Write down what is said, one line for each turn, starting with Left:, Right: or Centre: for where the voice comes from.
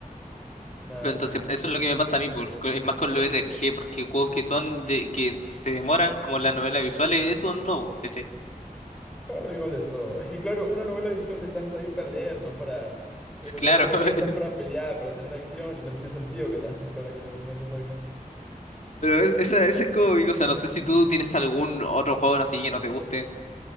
Centre: Nas.
Left: Pero entonces, eso es lo que me pasa a mí, por- co- es más con los RPG, porque juegos que son de que se demoran, como las novelas visuales, eso no, ¿cachai?
Centre: Claro, igual eso. Es que, claro, una novela visual estás ahí para leer, no para.
Left: S-
Centre: En
Left: Claro,
Centre: un RPG
Left: <laughs>
Centre: estás para pelear, para tener acción, y no tiene sentido que tengas que esperar a que el enemigo te ataque.
Left: pero es- esa, esa es como mi cosa. No sé si tú tienes algún otro juego así que no te guste.